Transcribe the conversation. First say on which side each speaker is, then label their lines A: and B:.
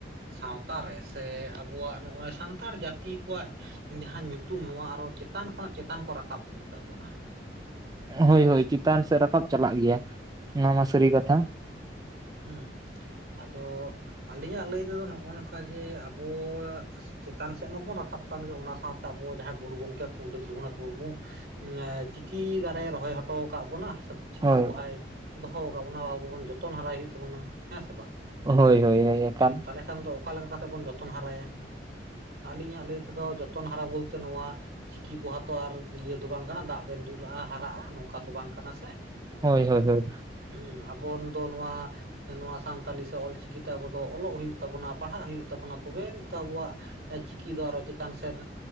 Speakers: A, on the right; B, on the right.
A: ᱥᱟᱶᱛᱟ ᱨᱮ ᱥᱮ ᱟᱵᱚᱣᱟᱜ ᱱᱚᱜᱼᱚᱭ ᱥᱟᱱ ᱛᱟᱲ ᱡᱟᱛᱤ ᱠᱚᱣᱟᱜ ᱡᱟᱦᱟᱸ ᱧᱩᱛᱩᱢ ᱱᱚᱣᱟ ᱟᱨᱚ ᱪᱮᱛᱟᱱ ᱠᱷᱚᱱᱟᱜ ᱪᱮᱛᱟᱱ ᱠᱚ ᱨᱟᱠᱟᱵ ᱤᱫᱤ ᱛᱟᱵᱚᱱᱟ᱾
B: ᱦᱳᱭ ᱦᱳᱭ ᱪᱮᱛᱟᱱ ᱥᱮᱫ ᱨᱟᱠᱟᱵ ᱪᱟᱞᱟᱜ ᱜᱮᱭᱟ ᱚᱱᱟ
A: ᱦᱩᱸ
B: ᱢᱟ ᱥᱟᱹᱨᱤ
A: ᱦᱩᱸ
B: ᱠᱟᱛᱷᱟ᱾
A: ᱦᱩᱸ ᱟᱫᱚ ᱟᱹᱞᱤᱧᱼᱟᱜ ᱞᱟᱹᱭ ᱛᱮᱫᱚ ᱱᱚᱜᱼᱚ ᱱᱚᱝᱠᱟ ᱡᱮ ᱟᱵᱚᱣᱟᱜ ᱼᱼ ᱪᱮᱛᱟᱱ ᱥᱮᱫ ᱢᱟᱵᱚᱱ ᱨᱟᱠᱟᱵ ᱠᱟᱱ ᱜᱮ ᱚᱱᱟ ᱥᱟᱶᱛᱮ ᱟᱵᱚᱣᱟᱜ ᱡᱟᱦᱟᱸᱭ ᱜᱩᱨᱩ ᱜᱚᱝᱠᱮᱼᱼ ᱯᱚᱱᱰᱤᱛ ᱨᱚᱜᱷᱩᱱᱟᱛᱷ ᱢᱩᱨᱢᱩ ᱪᱤᱠᱤ ᱫᱟᱨᱮ ᱨᱚᱦᱚᱭ ᱦᱚᱴᱚ ᱟᱠᱟᱫ ᱵᱚᱱᱟ, ᱪᱤᱠᱤ
B: ᱦᱳᱭ
A: ᱯᱚᱦᱟᱭ ᱫᱚᱦᱚ ᱟᱠᱟᱫ ᱵᱚᱱᱟ ᱟᱵᱚ ᱵᱚᱱ ᱡᱚᱛᱚᱱ ᱦᱟᱨᱟᱭ ᱦᱩᱭᱩᱜ ᱛᱟᱵᱚᱱᱟ ᱦᱮᱸ ᱥᱮ ᱵᱟᱝ
B: ᱦᱳᱭ ᱦᱳᱭ ᱦᱳᱭ ᱮᱠᱟᱞ᱾
A: ᱦᱮᱸ ᱛᱟᱦᱚᱞᱮ ᱠᱷᱟᱱ ᱫᱚ ᱚᱠᱟ ᱞᱮᱠᱟ ᱠᱟᱛᱮ ᱵᱚᱱ ᱡᱚᱛᱚᱱ ᱦᱟᱨᱟᱭᱟ᱾ ᱟᱹᱞᱤᱧᱟᱜ ᱞᱟᱹᱭ ᱛᱮᱫᱚ ᱡᱚᱛᱚᱱ ᱦᱟᱨᱟ ᱵᱚᱞᱛᱮ ᱱᱚᱣᱟᱼᱼ ᱪᱤᱠᱤ ᱯᱚᱦᱟ ᱛᱚ ᱟᱨ ᱤᱭᱟᱹ ᱫᱚ ᱵᱟᱝ ᱠᱟᱱᱟ ᱫᱟᱜ ᱵᱮᱱ ᱫᱩᱞᱟᱜᱼᱟ ᱦᱟᱨᱟᱜᱼᱟ᱾ ᱚᱱᱠᱟ ᱛᱚ ᱵᱟᱝ ᱠᱟᱱᱟ ᱥᱮ
B: ᱦᱳᱭ ᱦᱳᱭ ᱦᱳᱭ
A: ᱦᱩᱸ ᱟᱵᱚᱱ ᱫᱚ ᱱᱚᱣᱟᱼᱼ ᱱᱚᱣᱟ ᱥᱟᱱᱛᱟᱞᱤ ᱥᱮ ᱚᱞᱪᱤᱠᱤ ᱛᱮ ᱟᱵᱚ ᱫᱚ ᱚᱞᱚᱜ ᱦᱩᱭᱩᱜ ᱛᱟᱵᱚᱱᱟ ᱯᱟᱲᱦᱟᱜ ᱦᱩᱭᱩᱜ ᱛᱟᱵᱚᱱᱟ ᱛᱚᱵᱮ ᱟᱱᱤᱡ ᱛᱚ ᱟᱵᱚᱣᱟᱜᱼᱼ ᱪᱤᱠᱤ ᱫᱚ ᱟᱨᱚ ᱪᱮᱛᱟᱱ ᱥᱮᱫ